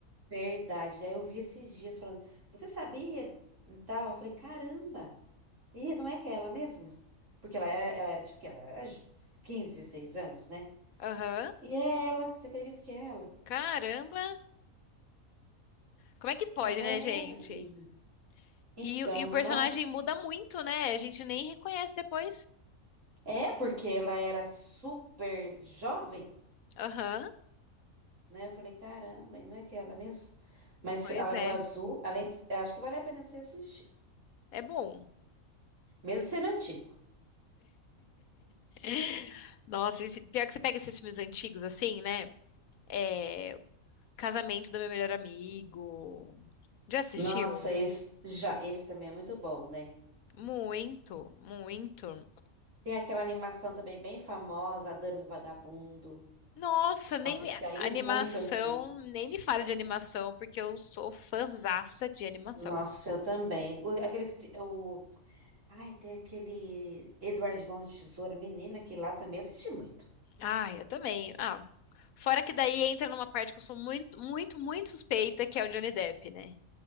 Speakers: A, on the right (about 60°); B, on the left (about 80°).
A: Verdade. Daí eu vi esses dias falando, você sabia? Tal. Eu falei, caramba! E não é que é ela mesma? Porque ela era, ela era tipo que ela era j- 15, 16 anos, né?
B: Aham,
A: E é ela, você acredita que é ela?
B: Caramba, como é que pode,
A: É
B: né, gente?
A: ela, menina. Então,
B: E, o- e o personagem
A: nossa.
B: muda muito, né? A gente nem reconhece depois.
A: É porque ela era super jovem,
B: Aham,
A: né? Eu falei, caramba, e não é que é ela mesmo? Mas
B: Pois
A: a Lagoa
B: é,
A: Azul, além de, eu acho que vale a pena você assistir.
B: é bom.
A: Mesmo sendo antigo.
B: <laughs> Nossa, esse- pior que você pega esses filmes antigos assim, né? É... Casamento do Meu Melhor Amigo. Já assistiu?
A: Nossa, esse já, esse também é muito bom, né?
B: Muito, muito.
A: Tem aquela animação também bem famosa, A Dama e o Vagabundo.
B: Nossa, nem
A: Nossa,
B: me...
A: esse aí
B: animação,
A: é muito antigo.
B: nem me fale de animação, porque eu sou fãzaça de animação.
A: Nossa, eu também. O- Aqueles, pri- o, ai, tem aquele Eduardo de Mão de Tesoura, menina, que lá também assisti muito.
B: Ah, eu também. Ah, fora que daí entra numa parte que eu sou muito, muito, muito suspeita, que é o Johnny Depp, né?